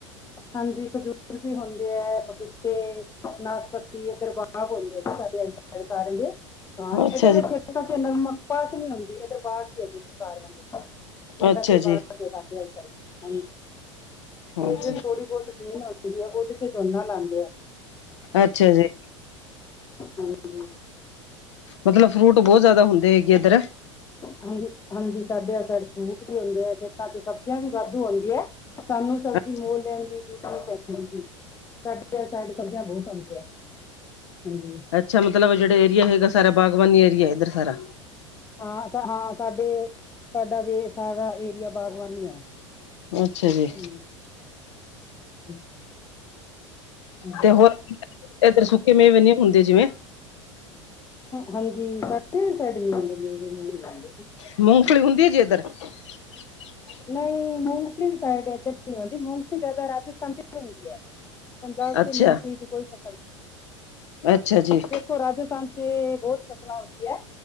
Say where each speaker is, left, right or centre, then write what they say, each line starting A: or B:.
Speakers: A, on the left; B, on the left.
A: ਹਾਂਜੀ, ਖਜੂਰ ਵੀ ਹੁੰਦੇ ਐ, ਪਪੀਤੇ, ਨਾਸ਼ਪਤੀ ਏਦਰ ਬਾਗ ਹੁੰਦੇ ਐ ਜੀ ਸਾਡੇ ਆਲ <unintelligible> ਹਾਂ,
B: ਅੱਛਾ
A: ਇਧਰ
B: ਜੀ
A: ਫ ਪਾਸ ਨੀ ਹੁੰਦੀ ਇਧਰ ਬਾ ਕੀ ਐ ਸਾਰਿਆਂ ਦੇ ਪਿੰਡਾਂ
B: ਅੱਛਾ
A: ਤੇ ਬਾਰ
B: ਜੀ
A: ਸਾਡੇ ਆਲੀ ਸਾਈਡ, ਹਾਂਜੀ।
B: ਹਾਂਜੀ
A: ਤੇ ਜੇੜੀ ਥੋੜੀ ਬੌਤ ਜ਼ਮੀਨ ਹੁੰਦੀ ਐ ਉਦੇ ਤੇ ਝੋਨਾ ਲਾਂਦੇ।
B: ਅੱਛਾ ਜੀ,
A: ਹਾਂਜੀ
B: ਮਤਲਬ ਫਰੂਟ ਬੌਤ ਜੈਦਾ ਹੁੰਦੇ ਹੈਗੇ ਇੱਧਰ।
A: ਹਾਂਜੀ, ਹਾਂਜੀ, ਸਾਡੇ ਫਰੂਟ ਵੀ ਹੁੰਦੇ ਆ, ਖੇਤਾਂ ਚ ਸਬਜ਼ੀਆਂ ਵੀ ਵਾਧੂ ਹੁੰਦੀਆਂ। ਸਾਨੂੰ ਸਬਜ਼ੀ
B: ਅੱਛਾ
A: ਮੁੱਲ ਲੈਣ ਦੀ ਜ਼ਰੂਰਤ ਨੀ ਪੈਂਦੀ ਜੀ, ਸਾ ਡੀ ਸਾਈਡ ਸਬਜ਼ੀਆਂ ਬੌਤ ਹੁਂਦੀਆਂ, ਹਾਂਜੀ।
B: ਅੱਛਾ, ਮਤਲਬ ਜੇੜੇ ਏਰੀਆ ਹੈਗਾ, ਸਾਰਾ ਬਾਗਬਾਨੀ ਏਰੀਆ ਐ ਇੱਧਰ, ਸਾਰਾ।
A: ਹਾਂ ਸਾ ਹਾਂ ਸਾਡੇ ਸਾਡਾ ਵੀ ਸਾਰਾ ਏਰੀਆ ਬਾਗਬਾਨੀ ਐ।
B: ਅੱਛਾ ਜੀ
A: ਹੂੰ <unintelligible> ਹੂੰ।
B: ਤੇ ਹੋਰ, ਇੱਧਰ ਸੁੱਕੇ ਮੇਵੇ ਨੀ ਹੁੰਦੇ, ਜਿਵੇਂ।
A: ਹਾਂਜੀ, ਸਾਡੇ ਵੀ ਸੈਡ ਨੀ ਹੁਂਦੇੇ ਮੇਵੇ ਮੁਵੇ <unintelligible>
B: ਮੂੰਫਲੀ ਹੁੰਦੀ ਐ ਜੀ ਇੱਧਰ। <inaudible>
A: ਨਈ, ਮੂੰਫਲੀ ਵੀ ਸਾਡੇ ਇੱਥੇ ਨਈ ਮਿਲਦੀ, ਮੂੰਫਲੀ ਜੈਦਾ ਰਾਜਸਥਾਨ ਚ ਹੁੰਦੀ ਐ। ਪੰਜਾਬ
B: ਅੱਛਾ
A: ਚ ਮੂੰਗਫਲੀ ਦੀ ਕੋਈ ਫ਼ਸਲ ਨਹੀਂ।
B: ਅੱਛਾ ਜੀ।
A: ਦੇਖੋ ਰਾਜਸਥਾਨ ਤੇ ਬਹੁਤ ਫਸਲਾਂ ਹੁੰਦੀਆ ਹੈ।